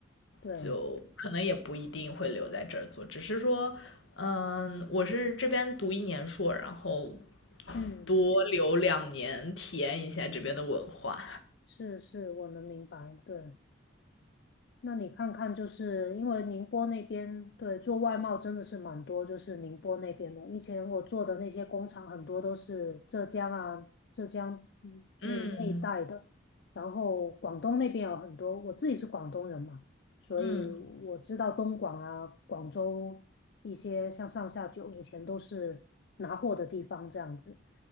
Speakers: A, on the left; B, on the left.
A: 对，
B: 就可能也不一定会留在这儿做，只是说，嗯，我是这边读一年硕，然后
A: 嗯，
B: 多留两年，体验一下这边的文化，
A: 是是，我能明白，对。那你看看，就是因为宁波那边，对，做外贸真的是蛮多，就是宁波那边的。以前我做的那些工厂，很多都是浙江啊、浙江嗯那那一带的，
B: 嗯
A: 然后广东那边有很多。我自己是广东人嘛，所以我知道东莞啊、
B: 嗯。
A: 广州一些像上下九以前都是拿货的地方这样子，